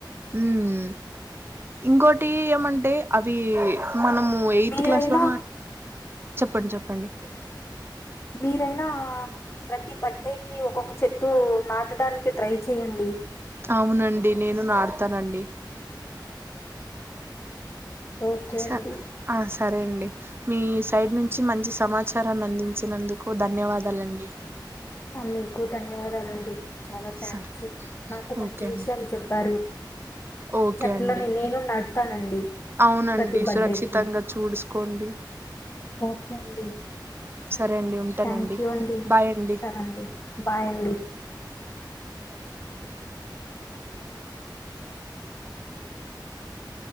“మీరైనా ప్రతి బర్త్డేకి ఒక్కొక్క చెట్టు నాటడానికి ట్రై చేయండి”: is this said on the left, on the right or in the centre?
Left